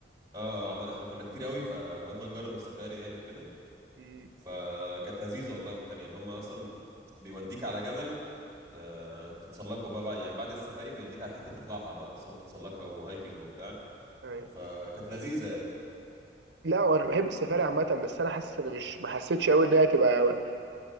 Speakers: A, on the right; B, on the right.
A: اه عمل احنا كنا كتير قوي فقلنا نجرب السفاري يعني وكده
B: مم.
A: فكانت لذيذه والله وكان يعني هم اصلا بيوديك على جبل آه تتسلقوا بقى بعد يعني بعد السفاري بيوديك على حته تطلعها بقى اصلا تتسلقها وهايكنج وبتاع
B: ايوه
A: فكانت لذيذه يعني
B: لا وانا بحب السفاري عامه بس انا حاسس ان مش ما حسيتش قوي ان هي تبقى